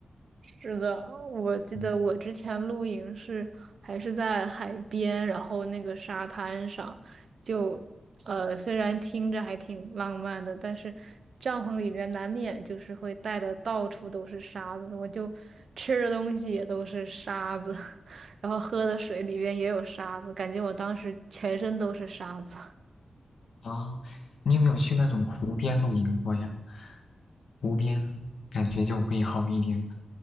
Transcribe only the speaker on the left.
嗯
啊，你有没有去那种湖边露营过呀？湖边感觉就会好一点，